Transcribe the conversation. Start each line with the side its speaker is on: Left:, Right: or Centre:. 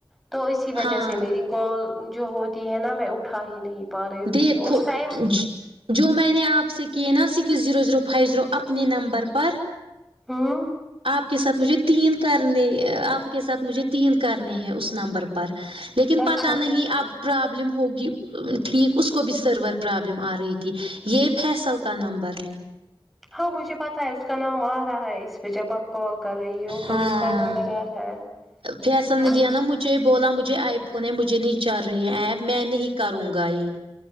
Centre: تو اسی وجہ
Right: ہاں
Centre: سے میری کال جو ہوتی ہے نا میں اٹھا ہی نہیں پا رہی ہوں
Right: دیکھو
Centre: اس ٹائم
Right: اج جو میں نے آپ سے کیے نا six zero zero five zero اپنے نمبر پر
Centre: ہوں
Right: آپ کے ساتھ مجھے تین کرنے ا آپ کے ساتھ مجھے تین کرنے ہیں اس نمبر پر لیکن
Centre: اچھا
Right: پتہ نہیں اب پرابلم ہوگی ٹھیک اس کو بھی سرور پرابلم آ رہی تھی یہ فیصل کا نمبر ہے
Centre: ہاں مجھے پتہ ہے اس کا نام آ رہا ہے اس پہ جب آپ کال کر رہی ہو تو
Right: ہاں
Centre: اس کا نمبر آ رہا ہے
Right: فیصل
Centre: ہ
Right: نے دیا نا مجھے بولا مجھے آئی فون ہے مجھے نہیں چل رہی ایپ میں نہیں کروں گا یہ